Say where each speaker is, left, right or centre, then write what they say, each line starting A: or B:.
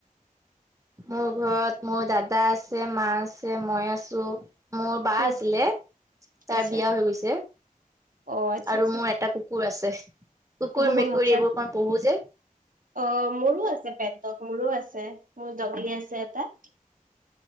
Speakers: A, on the right; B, on the right.
A: মোৰ ঘৰত মোৰ দাদা আছে মা আছে মই আছো মোৰ বা
B: উম
A: আছিলে তাৰ
B: আচ্ছা
A: বিয়া হৈ গৈছে
B: অ আচ্ছা
A: আৰু
B: আচ্ছা
A: মোৰ এটা কু কুৰ আছে কুকুৰ,
B: অ
A: মেকুৰ
B: আচ্ছা
A: এইবোৰ অকণ পুহো যে
B: অ মোৰো আছে পেট ডগ মোৰো আছে মোৰ ডগি আছে এটাত